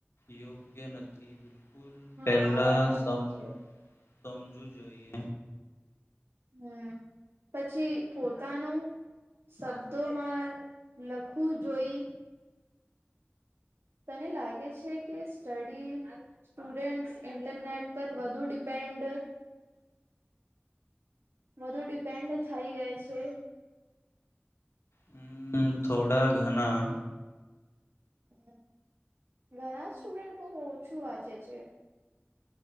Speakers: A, on the left (about 75°); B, on the right (about 70°).
A: યોગ્ય નથી બિલકુલ.
B: હા
A: પેલા
B: આ વાત સાચી
A: સમ
B: છે
A: સમજવું જોઈએ.
B: હમ્મ પછી પોતાનું શબ્દોમાં લખવું જોઈ. તને લાગે છે કે સ્ટડી સ્ટુડન્ટ્સ ઇન્ટરનેટ પર વધુ ડિપેન્ડ. વધુ ડિપેન્ડ થઈ ગઈ છે.
A: હમ થોડા ઘણા.
B: હ ઘણા સ્ટુડન્ટ બહુ ઓછું વાંચે છે.